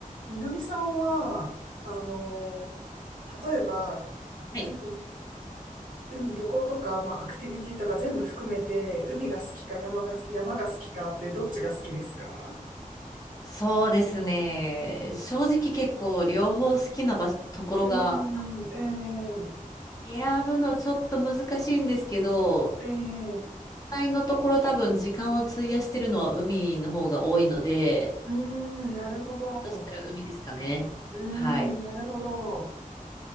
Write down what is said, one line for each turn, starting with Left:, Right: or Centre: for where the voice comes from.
Right: みのりさんは、あの、例えば、
Left: はい
Right: 海、海旅行とか、まあ、アクティビティとか全部含めて、海が好きか山が、山が好きかって、どっちが好きですか
Left: そうですね。正直結構両方好きな場所、ところが
Right: うーん、え
Left: 選ぶのちょっと難しいんですけど、
Right: えええ
Left: 実際のところ多分時間を費やしてるのは海の方が多いので、
Right: うーん、なるほど。
Left: そしたら海ですかね。
Right: うーん、
Left: はい。
Right: なるほど。